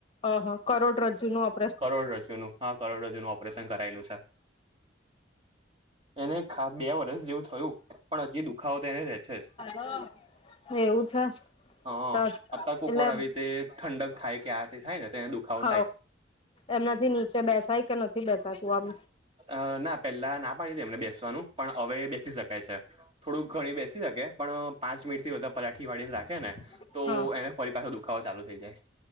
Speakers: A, on the left; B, on the right.
A: અ હ કરોડ રજ્જુનું ઓ
B: કરોડ રજોનું હા કરોડ રજોનું ઓપરેશન કરાયેલું છે. એને બે વર્ષ જેવું થયું પણ હજી દુખાવો તો એને રે છે, જ
A: હા. એવું છે,
B: હ
A: ત એટલે
B: અત્યારે કોક વાર આવી રીતે ઠંડક થાય કે આ તે થાય ને તો એને દુખાવો
A: હ
B: થાય
A: એમનાથી નીચે બેસાય કે નથી બેસાતું આમ
B: અ ના પેલા ના પાડી હતી એમને બેસવાનું પણ અવે બેસી શકાય છે. થોડુંક ઘણી બેસી શકે પણ પાંચ મિનિટથી વધુ પલાઠી વાળી ને રાખે ને
A: આમ
B: તો એને ફરી પાછો દુખાવો ચાલુ થઈ જાય